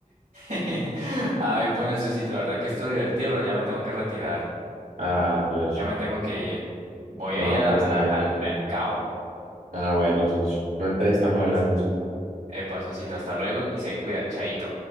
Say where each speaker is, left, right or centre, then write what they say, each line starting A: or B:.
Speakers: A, on the right; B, on the right.
A: <laughs> Ay, bueno, Susito, la verdad es que estuvo divertido, pero ya me tengo que retirar.
B: Ah, dos.
A: Ya me tengo que ir. Voy
B: no,
A: a ir a la-
B: pues
A: a
B: está
A: la-
B: bien.
A: al mercado.
B: Ah, bueno, sí. sí. No, entonces estamos
A: Listo.
B: hablando de eso.
A: Epa, Susito, hasta luego y se cuida. Chaito.